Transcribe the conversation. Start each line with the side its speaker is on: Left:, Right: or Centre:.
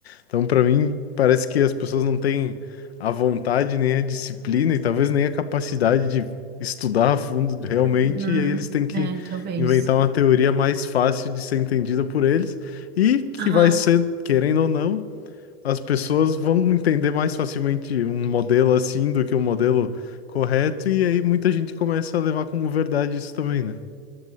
Left: Então, pra mim, parece que as pessoas não têm a vontade, nem a disciplina e talvez nem a capacidade de estudar a fundo realmente.
Right: Uhum.
Left: E aí, eles têm que
Right: É, talvez.
Left: inventar uma teoria mais fácil de ser entendida por eles e que
Right: Aham.
Left: vai ser, querendo ou não, as pessoas vão entender mais facilmente um modelo assim do que um modelo correto. E aí, muita gente começa a levar como verdade isso também, né?